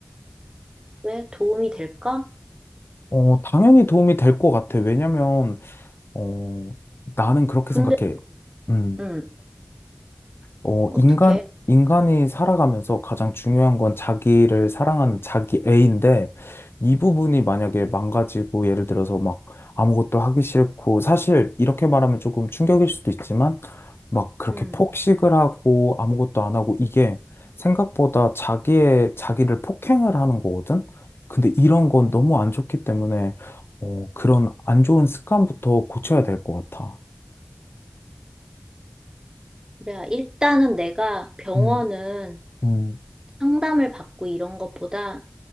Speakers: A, on the right; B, on the left.
A: 왜 도움이 될까?
B: 어, 당연히 도움이 될 것 같아. 왜냐면, 어, 나는 그렇게
A: 근데
B: 생각해. 음.
A: 음,
B: 어,
A: 어떻게?
B: 인간, 인간이 살아가면서 가장 중요한 건 자기를 사랑하는 자기 애인데, 이 부분이 만약에 망가지고, 예를 들어서 막 아무것도 하기 싫고, 사실 이렇게 말하면 조금 충격일 수도 있지만, 막 그렇게
A: 음,
B: 폭식을 하고, 아무것도 안 하고, 이게 생각보다 자기의, 자기를 폭행을 하는 거거든? 근데 이런 건 너무 안 좋기 때문에, 어, 그런 안 좋은 습관부터 고쳐야 될 것 같아.
A: 그래. 일단은 내가 병원은
B: 음, 음,
A: 상담을 받고 이런 것보다